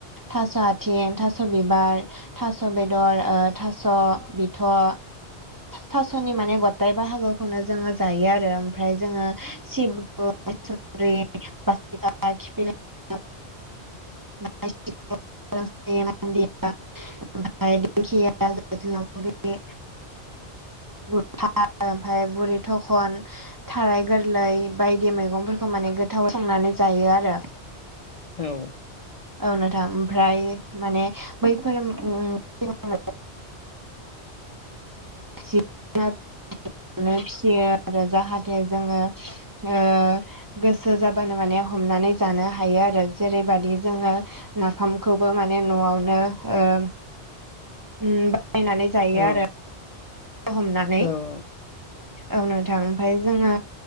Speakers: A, on the right; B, on the left.
A: थास' आथिं, थास' बिबार थास' बेदर ओ थास' बिथ' ओ थास'नि माने गथाय बाहागोखौनो जोङो जायो आरो ओमफ्राय जोङो सिब्रु माइसुद्रि, बासिखा, खिफि लेवा, <unintelligible> <unintelligible> ओमफ्राय दिंखिया <unintelligible> <unintelligible> ओमफ्राय बुरि थखन थाराइ गोरलै बायदि मैगंफोरखौ माने गोथाव संनानै जायो आरो।
B: औ
A: औ नोंथां ओमफ्राय माने बैफोर <unintelligible> जिब जुनार फिसियो आरो जाहाथे जोङो ओ गोसो जाबानो माने हमनानै जानो हायो आरो जेरैबादि जोङो नाफामखौबो माने न'वावनो ओम उम बाहायनानै जायो
B: औ
A: आरो हमनानै
B: औ
A: औ नोंथां ओमफाय जोङो